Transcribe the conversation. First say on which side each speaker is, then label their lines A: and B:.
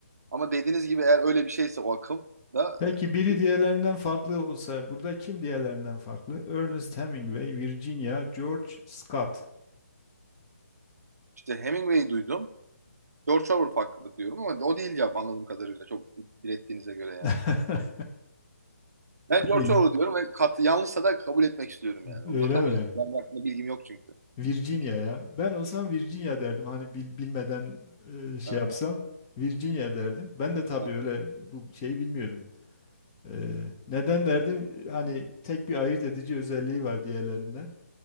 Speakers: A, on the right; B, on the left.
A: Ama dediğiniz gibi eğer öyle bir şeyse o akım da
B: Peki biri
A: e,
B: diğerlerinden farklı olsa burada kim diğerlerinden farklı? Ernest Hemingway, Virginia, George Scott.
A: işte Hemingway'i duydum. George Orwell hakkında diyorum ama o değil cevap anladığım kadarıyla çok direttiğinize göre yani.
B: <laughs>
A: Ben George
B: Değil.
A: Orwell diyorum ve kat, yanlışsa da kabul etmek istiyorum yani.
B: Öyle
A: Uzatamayacağım.
B: mi?
A: Yani hakkında bilgim yok çünkü.
B: Virginia
A: İlk-
B: ya. Ben olsam Virginia derdim. Hani bil- bilmeden e, şey
A: Aha.
B: yapsam Virginia derdim. Ben de tabii
A: Aha.
B: öyle bu şeyi bilmiyordum. E, neden derdim? Hani tek bir ayırt edici özelliği var diğerlerinden.